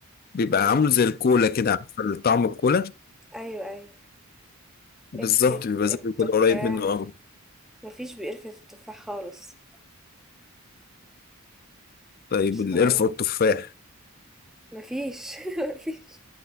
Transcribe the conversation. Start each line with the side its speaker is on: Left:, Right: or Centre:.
Left: بيبقى
Centre: أيوة
Left: عامله زي الكولا كده عارفة طعم الكولا
Centre: أيوة أيوة
Left: بالظبط
Centre: قرفة
Left: بيبقى زي
Centre: التفاح
Left: الكولا قريب منه أوي
Centre: مفيش بقرفة التفاح خالص
Left: طيب
Centre: مش
Left: القرفة
Centre: لاقيه
Left: والتفاح
Centre: مفيش <laughs> مفيش